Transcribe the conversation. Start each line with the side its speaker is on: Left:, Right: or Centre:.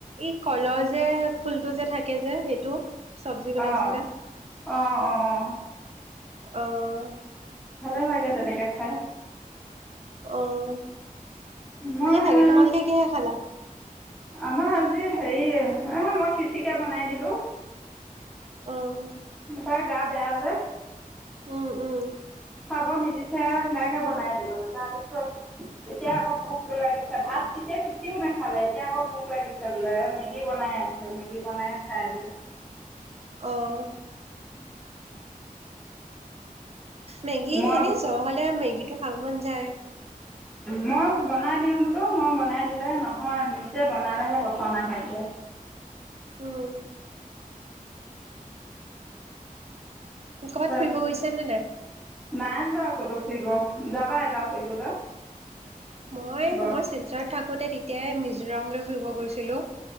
Right: এই কলৰ যে ফুলটো যে থাকে যে সেইটো চব্জি বনাইছিলে
Centre: অঁ অঁ অঁ অঁ
Right: আহ
Centre: ভালে লাগে তেনেকৈ খাই
Right: আহ
Centre: মই
Right: ভালে লাগে তোমালোকে কিহে খালা?
Centre: আমাৰ আজি হেৰি হ মই খিচিকে বনাই দিলো
Right: অ
Centre: তাৰ গা বেয়া যে
Right: উম উম
Centre: খাব নিবিছাৰে সেয়াকে বনাই দিলো তাৰ পিছত এতিয়া আকৌ ভোক লাগিছে ভাত তেতিয়া খেটিও নাখালে এতিয়া আকৌ ভোক লাগিছে বোলে মেগী বনাই আছে মেগী বনাই খাই বোলে।
Right: আহ মেগী
Centre: মই
Right: এনেই জ্বৰ হ'লে মেগীটো খাব মন যায়।
Centre: মই বনাই দিওঁ বোলো মই বনাই দিলে নহয় নিজে বনালেহে পচন্দ আহে বোলে।
Right: উম কৰ'বাত
Centre: তাৰপিছত
Right: ফুৰিব গৈছানে নাই।
Centre: নাই যোৱা ক'তো ফুৰিব যাবা এবাৰ ফুৰিবলৈ
Right: মই
Centre: গড়
Right: মই শিলচৰত থাকোতে তেতিয়াই মিজোৰামলৈ ফুৰিব গৈছিলো